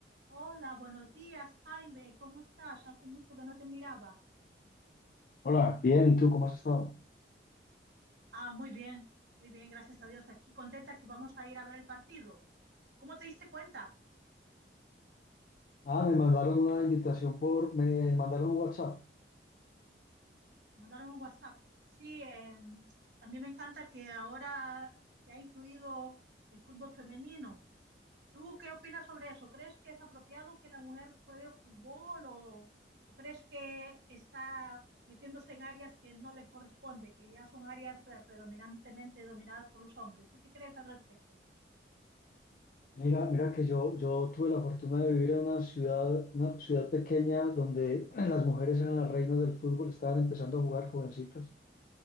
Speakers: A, on the right; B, on the left.
A: Hola, buenos días, Jaime. ¿Cómo estás? Hace mucho que no te miraba.
B: Hola, bien, ¿y tú cómo has estado?
A: Ah, muy bien, muy bien, gracias a Dios. Aquí contenta que vamos a ir a ver el partido. ¿Cómo te diste cuenta?
B: Ah, me mandaron una invitación por, me mandaron un WhatsApp.
A: Te mandaron un WhatsApp. Sí, eh, a mí me encanta que ahora se ha incluido el fútbol femenino. ¿Tú qué opinas sobre eso? ¿Crees que es apropiado que la mujer juegue fútbol o, o crees que está metiéndose en áreas que no le corresponde, que ya son áreas eh, predominantemente dominadas por los hombres? ¿Tú qué crees al respecto?
B: Mira, mira que yo, yo tuve la fortuna de vivir en una ciudad, una ciudad pequeña donde las mujeres eran las reinas del fútbol, estaban empezando a jugar jovencitas